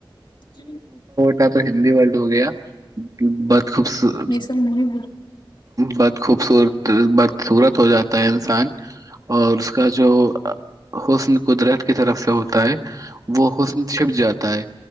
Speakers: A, on the left; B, on the right.
A: <unintelligible>
B: کا تو ہندی ورلڈ ہو گیا <unintelligible> ہ <unintelligible> بت خوب <unintelligible>
A: یہ سب نہیں
B: بت خوبصورت ب <unintelligible> سورت ہو جاتا ہے انسان اور اس کا جو حسن قدرت کی طرف سے ہوتا <unintelligible> ت ہے <unintelligible> وہ حسن چھپ جاتا ہے